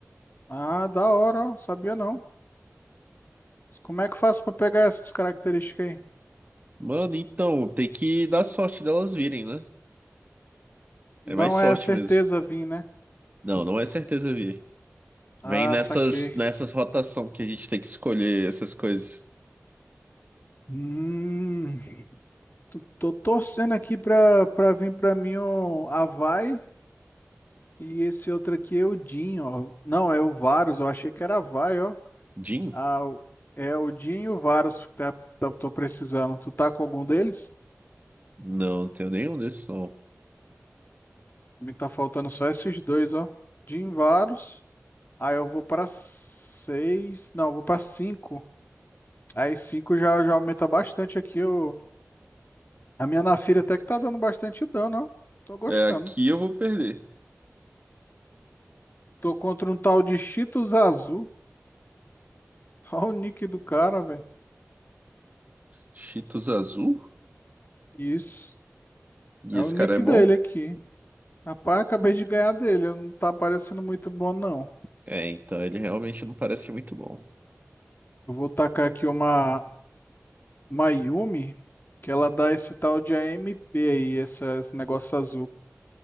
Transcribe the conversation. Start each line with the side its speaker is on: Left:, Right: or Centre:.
Left: Ah, da hora, ó. Sabia não. Como é que eu faço pra pegar essas características aí?
Right: Mano, então, tem que dar sorte delas virem, né?
Left: Não
Right: É mais sorte
Left: é certeza
Right: mesmo.
Left: vir, né?
Right: Não, não é certeza vir. Vem
Left: Ah,
Right: nessas,
Left: saquei.
Right: nessas rotação que a gente tem que escolher essas coisas.
Left: Hum, tô, tô torcendo aqui pra, pra vir pra mim o Avai e esse outro aqui é o Jin, ó. Não, é o Varus, eu achei que era Avai, ó.
Right: Jin?
Left: Ah, o- é o Jin e o Varus que tá, tá- tô precisando. Tu tá com algum deles?
Right: Não, não tenho nenhum desses, não.
Left: Me tá faltando só esses dois, ó. De Invaros. Aí eu vou pra seis. Não, eu vou pra cinco. Aí cinco já, já aumenta bastante aqui. O... A minha Naafiri até que tá dando bastante dano, ó. Tô gostando.
Right: É, aqui eu vou perder.
Left: Tô contra um tal de Cheetos Azul. <laughs> Olha o nick do cara, velho.
Right: Cheetos azul?
Left: Isso.
Right: E
Left: É
Right: esse
Left: o nick
Right: cara é bom?
Left: dele aqui. Rapaz, acabei de ganhar dele. Não tá parecendo muito bom, não.
Right: É, então ele realmente não parece muito bom.
Left: Eu vou tacar aqui uma, uma Yumi, que ela dá esse tal de AMP aí, essa- esse negócio azul.